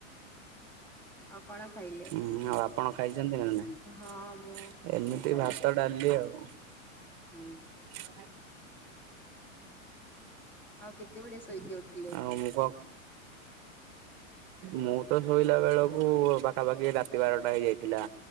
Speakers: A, in the centre; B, on the right.
A: ଆଉ କଣ ଖାଇଲେ
B: ହୁଁ ଆଉ ଆପଣ ଖାଇଛନ୍ତି ନା ନାଇଁ?
A: ହଁ ମୁଁ
B: ଏମିତି
A: ଖାଇସାରିଛି
B: ଭାତ ଡାଲି ଆଉ
A: ହୁଁ।
B: <unintelligible> <inaudible>
A: ଆଉ କେତେବେଳେ ଶୋଇକି ଉଠିଲେ
B: ଆଉ ମୁ କ ମୁଁ ତ ଶୋଇଲା ବେଳକୁ ପାଖାପାଖି ରାତି ବାରଟା ହେଇଯାଇଥିଲା।